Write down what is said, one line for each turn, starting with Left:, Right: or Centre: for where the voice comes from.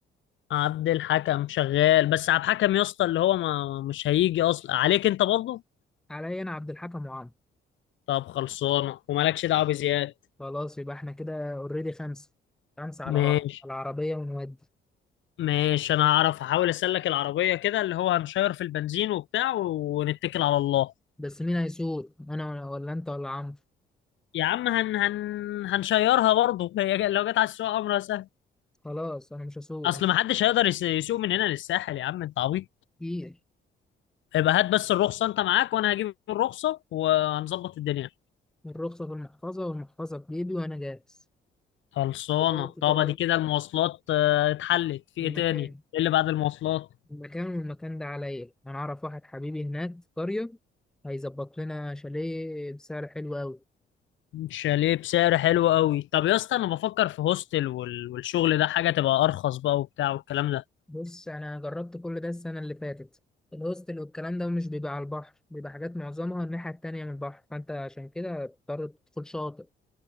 Left: عبد الحكم شغال بس عبد الحكم يا اسطى اللي هو ما مش هيجي اصلا عليك انت برضو
Centre: عليا أنا عبد الحكم وعمرو
Left: طب خلصانة ومالكش دعوة بزياد
Centre: خلاص يبقى احنا كده اوريدي خمسة خمسة على
Left: ماشي
Centre: را- على العربية ونودي
Left: ماشي انا هعرف احاول اسلك العربية كده اللي هو هنشير في البنزين وبتاع ونتكل على الله
Centre: بس مين هيسوق انا ولا ولا انت ولا عمرو
Left: يا عم هن هن هنشيرها برضه <laughs> هي لو جت على السوق امرها سهل
Centre: خلاص انا مش هسوق
Left: اصل
Centre: انا
Left: ما حدش هيقدر يس- يسوق من هنا للساحل يا عم انت عبيط
Centre: كتير
Left: يبقى هات بس الرخصة انت معاك وانا هجيب الرخصة وهنظبط الدنيا
Centre: الرخصة في المحفظة والمحفظة في جيبي وانا جاهز
Left: خلصانة
Centre: دلوقتي بقى
Left: طب
Centre: إيه؟
Left: ادي كده المواصلات آه، اتحلت في
Centre: المكان
Left: ايه تاني ايه اللي بعد المواصلات
Centre: المكان والمكان ده عليا انا اعرف واحد حبيبي هناك في قرية هيظبط لنا شاليه بسعر حلو قوي
Left: شاليه بسعر حلو قوي طب يا اسطى انا بفكر في هوستل وال... والشغل ده حاجة تبقى ارخص بقى وبتاع والكلام ده
Centre: بص انا جربت كل ده السنة اللي فاتت الهوستل والكلام ده مش بيبقى على البحر بيبقى حاجات معظمها الناحية التانية من البحر فانت عشان كده بتضطر تدخل شاطئ